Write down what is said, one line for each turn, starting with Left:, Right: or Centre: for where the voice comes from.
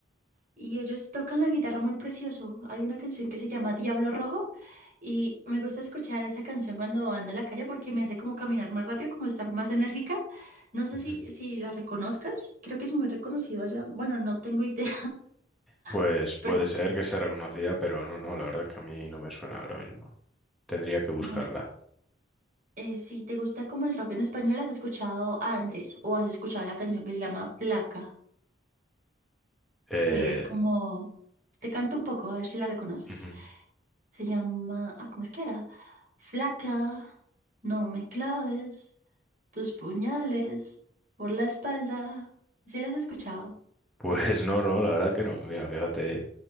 Right: y ellos tocan la guitarra muy precioso. Hay una canción que se llama Diablo Rojo y me gusta escuchar esa canción cuando ando en la calle porque me hace como caminar más rápido, como estar más enérgica. No sé
Centre: Ujú.
Right: si, si la reconozcas, creo que es muy reconocido allá. Bueno, no tengo idea,
Centre: Pues
Right: <laughs>
Centre: puede
Right: pero sí.
Centre: ser que sea reconocida, pero no, no, la verdad es que a mí no me suena ahora mismo. Tendría que buscarla.
Right: Bueno, Eh, si te gusta como el rock en español, ¿has escuchado a Andrés o has escuchado la canción que se llama Flaca?
Centre: Eh,
Right: Que es como... Te canto un poco, a ver si la reconoces.
Centre: ujú. <laughs>
Right: Se llama... Ah, ¿cómo es que era? Flaca, no me claves tus puñales por la espalda. ¿Sí la has escuchado?
Centre: Pues no, no, la verdad que no. Mira, fíjate